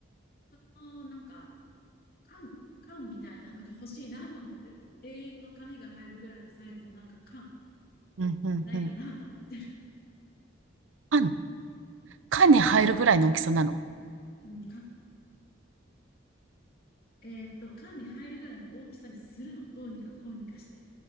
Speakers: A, on the left (about 50°); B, on the right (about 85°).
A: の、なんか、缶、缶みたいなのが欲しいなと思ってると、栄養の紙が入るぐらいのサイズのなんか缶、
B: うん、うん、
A: ないかなと思ってる。
B: うん。あんの缶に入るぐらいの大きさなの？
A: うん、缶えーっと、缶に入るぐらいの大きさにするの。どうにかこうにかして。